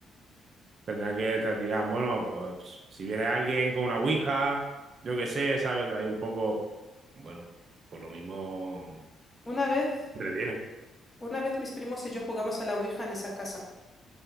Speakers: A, on the right; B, on the left.
A: tendrán que, te dirán, bueno, pues si viene alguien con una ouija, yo qué sé, ¿sabes? Ahí un poco, bueno, pues lo mismo
B: Una vez,
A: retiene.
B: una vez mis primos y yo jugamos a la Ouija en esa casa.